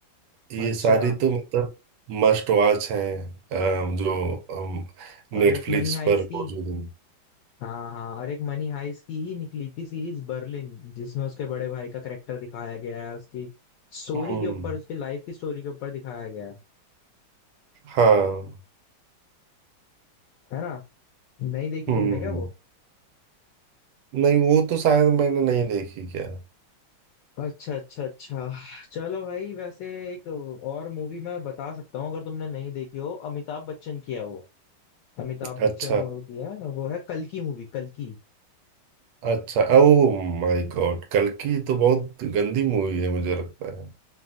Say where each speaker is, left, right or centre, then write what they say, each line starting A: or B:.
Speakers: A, on the right; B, on the left.
A: ये
B: अच्छा
A: सारी तो मतलब मस्ट वॉच हैं अ, जो
B: और
A: नेटफ्लिक्स
B: एक मनी हाइस्ट
A: पर
B: की
A: मौजूद है
B: हाँ हाँ और एक मनी हाइस्ट की ही निकली थी सीरीज बर्लिन जिसमें उसके बड़े भाई का करेक्टर दिखाया गया है उसकी स्टोरी
A: हम्म
B: के ऊपर उसकी लाइफ की स्टोरी के ऊपर दिखाया गया है
A: हाँ
B: है ना नहीं देखी
A: हम्म
B: तुमने क्या वो
A: नहीं वो तो शायद मैंने नहीं देखी क्या
B: अच्छा अच्छा अच्छा चलो भाई वैसे एक और मूवी मैं बता सकता हूँ अगर तुमने नहीं देखी हो अमिताभ बच्चन की है वो अमिताभ बच्चन
A: अच्छा
B: और की है वो है कल की मूवी कल की
A: अच्छा ओ माय गॉड कल्कि तो बहुत गंदी मूवी है मुझे लगता है